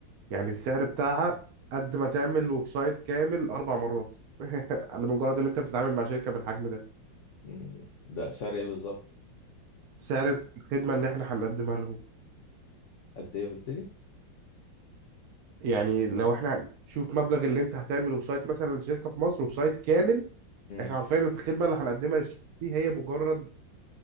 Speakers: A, on the right; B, on the left.
A: يعني السعر بتاعها قد ما تعمل ويب سايت كامل اربع مرات <laughs> على مجرد ان انت بتتعامل مع شركة بالحجم ده
B: مم. ده سعر ايه بالظبط
A: سعر الخدمة اللي احنا هنقدمها
B: قد ايه قلت لي
A: يعني لو احنا شوف مبلغ اللي انت هتعمله بسايت مثلا لشركه في مصر وبسايت كامل
B: مم.
A: احنا عارفين الخدمه اللي هنقدمها للشركه دي هي مجرد